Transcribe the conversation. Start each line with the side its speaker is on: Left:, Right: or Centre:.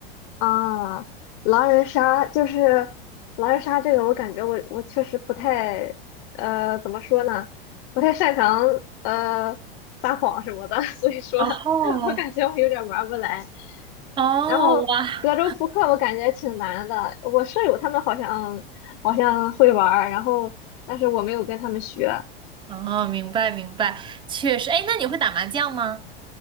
Left: 啊，狼人杀就是狼人杀这个，我感觉我我确实不太呃，怎么说呢，不太擅长呃撒谎什么的，<laughs> 所以说
Right: 哦
Left: 我感觉我有点玩不来。
Right: 哦，
Left: 然后德州扑克我感觉挺难的，
Right: 哇，
Left: 我舍友他们好像好像会玩儿然后但是我没有跟他们学。
Right: 哦，明白明白，确实。哎，那你会打麻将吗？